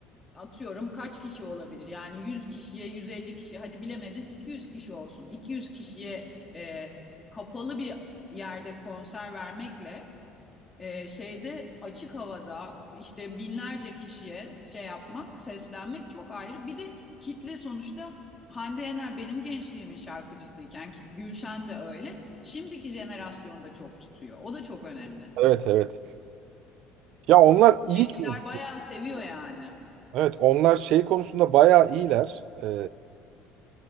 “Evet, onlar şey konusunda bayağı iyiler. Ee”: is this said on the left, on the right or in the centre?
Right